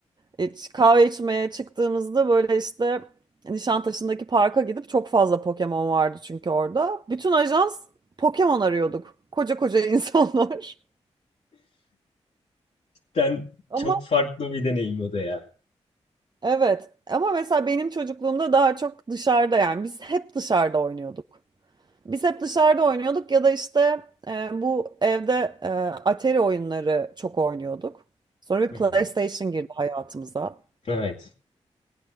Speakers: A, on the right (about 35°); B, on the left (about 70°).
A: E, ç- kahve içmeye çıktığımızda böyle işte Nişantaşı'ndaki parka gidip çok fazla Pokemon vardı çünkü orada. Bütün ajans Pokemon arıyorduk. Koca koca <laughs> insanlar.
B: Yani
A: Ama
B: çok farklı bir deneyim o da ya.
A: evet ama mesela benim çocukluğumda daha çok dışarıda yani biz hep dışarıda oynuyorduk. Biz hep dışarıda oynuyorduk ya da işte e, bu evde e, Atari oyunları çok oynuyorduk. Sonra bir
B: Hı
A: PlayStation
B: hı.
A: girdi hayatımıza.
B: Evet.